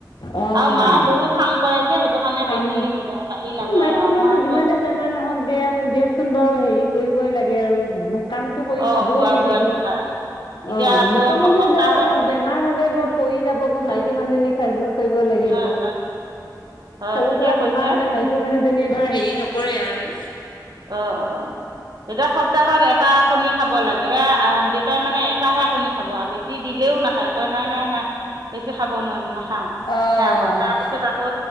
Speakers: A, on the left; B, on the right.
A: অঁ
B: আৰু মায়ে বহুত কাম কৰে যে সেইটো কাৰণে
A: কাম
B: বেছ তিম বাঢ়ি নাযায়
A: মাইকী
B: আমা
A: মানুহ
B: আক
A: যিমানে বেমাৰ নহওক দিয়া দিয়কচোন বাৰু হেৰি কৰিবই লাগে আৰু ব্ৰ কামটো কৰি
B: অঁ
A: খাবই
B: খোৱা
A: লাগিব।
B: বোৱাটো ভাল এতিয়া
A: অ
B: আকৌ
A: মতা মানুহ
B: সপ্তাহত
A: যাই অলপ বেমাৰ হ'লে ধৰ পৰি যাব গ মাইকী
B: হয়
A: মানুহজনী হেজ মত কৰিব লাগিব
B: হয় হয়
A: সৰু
B: ঠিকে
A: সুৰা
B: কৈছে
A: বেমাৰ হ'লে মাইকী মানুহজনীয়ে ধ হেৰি নক কৰে আৰু
B: অ অ। দুটা সপ্তাহত এটা কণী খাব লাগে সেয়া আহ দেউতাই মানে এটাহে কণী খাব আৰু বেছি দিলেও নাখায় কয় নাই নাই নাই বেছি খাব নোৱাও, নাখাওঁ।
A: অঁ
B: সেয়া কয় তাৰ পিছত আকৌ